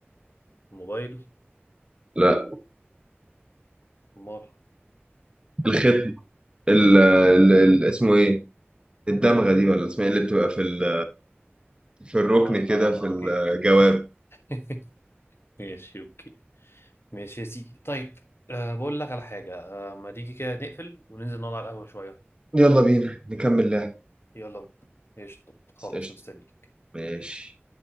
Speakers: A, on the left; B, on the right.
A: موبايل
B: لا
A: مال
B: الختم ال ال ال- اسمه ايه الدمغة دي ولا اسمها ايه اللي بتبقى في ال في الركن
A: آه
B: كده
A: آه
B: في
A: أوكي
B: الجواب
A: <laughs> ماشي أوكي ماشي يا سيدي طيب أه بقول لك على حاجة أه ما تيجي كده نقفل وننزل نقعد على القهوة شوية
B: يلا بينا نكمل لعب
A: يلا بينا قشطة خلاص
B: بس قشطة
A: مستنيك
B: ماشي